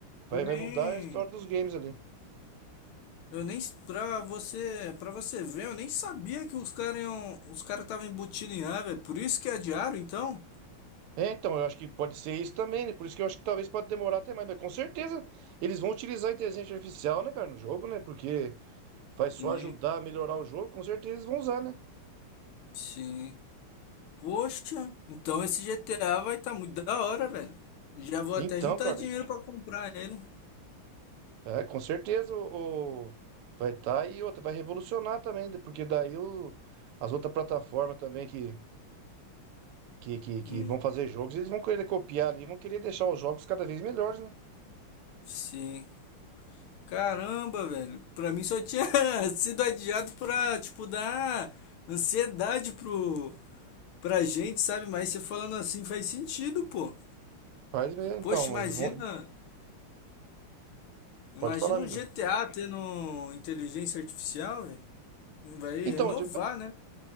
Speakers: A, on the right; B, on the left.
A: Vai,
B: Eu nem.
A: vai mudar a história dos games ali.
B: Eu nem pra você, para você ver, eu nem sabia que os caras iam, os caras estavam embutindo em ar, velho. Por isso que adiaram, então?
A: É, então, eu acho que pode ser isso também, né? Por isso que eu acho que talvez pode demorar até mais, mas com certeza eles vão utilizar a inteligência artificial, né, cara, no jogo, né? Porque vai só
B: Sim,
A: ajudar a melhorar o jogo, com certeza eles vão usar, né?
B: sim. Poxa, então esse GTA vai estar muito da hora, velho. Já vou
A: Então,
B: até juntar
A: cara,
B: dinheiro pra comprar ele.
A: é, com certeza o, o- vai estar tá, e outra, vai revolucionar também, né? porque daí o, as outras plataformas também que, que, que, que
B: Hum,
A: vão fazer jogos, eles vão querer copiar ali, vão querer deixar os jogos cada vez melhores, né?
B: sim. Caramba, velho. Pra mim só tinha <laughs> sido adiado pra, tipo, dar ansiedade pro, pra gente, sabe? Mas você falando assim faz sentido, pô.
A: Faz mesmo, então,
B: Poxa, imagina.
A: eles vão.
B: Imagina
A: Pode falar, amigo.
B: um GTA tendo inteligência artificial, velho. Vai renovar,
A: Então, de-
B: né?